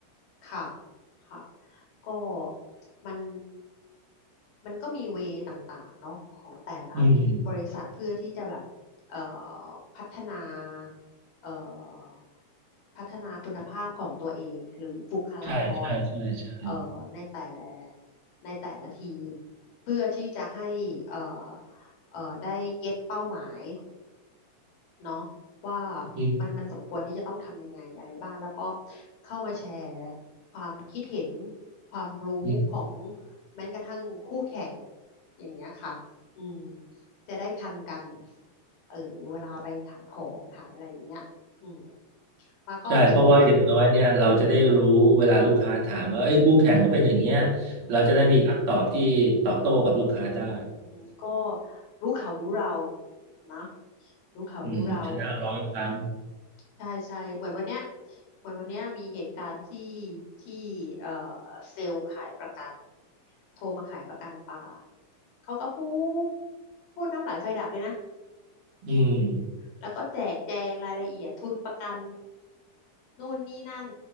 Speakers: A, on the left; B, on the right.
A: ค่ะค่ะก็มันมันก็มีเวย์ต่างๆเนาะของแต่ละ
B: อืม
A: บริษัทเพื่อที่จะแบบเอ่อพัฒนาเอ่อพัฒนาคุณภาพของตัวเองหรือบุคลากร
B: ใช่ใช่ใช่ใช่
A: เอ่อในแต่ในแต่ละทีมเพื่อที่จะให้เอ่อเอ่อได้เก็ตเป้าหมาย เนาะว่า
B: อืม
A: มันมันสมควรที่จะต้องทำยังไงอะไรบ้างแล้วก็เข้ามาแชร์ความคิดเห็นความรู้ของ
B: อืม
A: แม้กระทั่งคู่แข่งอย่างเงี้ยค่ะอืมจะได้ทันกันเออเวลาไปขายของขายอะไรอย่างเงี้ยอืมมาก็จะจะ
B: ใช่เพราะว่าอย่างน้อยเนี่ยเราจะได้รู้เวลาลูกค้าถามว่าเอ้ยคู่แข่งก็เป็นอย่างเงี้ย
A: อืม
B: เราจะได้มีคำตอบที่ตอบโต้กับลูกค้าได้
A: อืมก็รู้เขารู้เรานะรู้เขารู้เรา
B: อืมชนะร้อยครั้ง
A: ใช่ใช่เหมือนวันเนี้ยเหมือนวันเนี้ยมีเหตุการณ์ที่ที่เอ่อเซลล์ขายประกันโทรมาขายประกันปลาเขาก็พูดพูดน้ำไหลไฟดับเลยนะอืม
B: อืม
A: แล้วก็แจกแจงรายละเอียดทุนประกันนู่นนี่นั่น